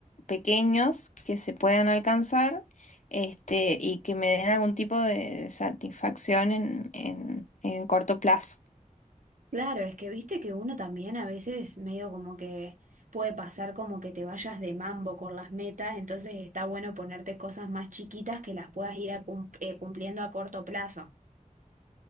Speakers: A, on the left (about 60°); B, on the right (about 70°).
A: pequeños, que se puedan alcanzar, este, y que me den algún tipo de satisfacción en, en en corto plazo.
B: Claro, es que viste que uno también a veces medio como que puede pasar como que te vayas de mambo con las metas, entonces está bueno ponerte cosas más chiquitas que las puedas ir a cum- eh, cumpliendo a corto plazo.